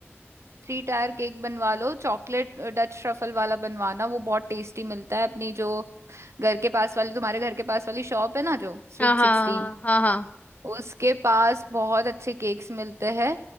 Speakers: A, on the right (about 90°); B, on the left (about 35°).
A: थ्री टायर केक बनवा लो चॉकलेट डच ट्रफल वाला बनवाना वो बहुत टेस्टी मिलता है अपनी जो घर के पास वाली तुम्हारे घर के पास वाली शॉप है ना जो स्वीट
B: हाँ हाँ
A: सिक्सटीन
B: हाँ हाँ हाँ, हाँ।
A: उसके पास बहुत अच्छे केक्स मिलते हैं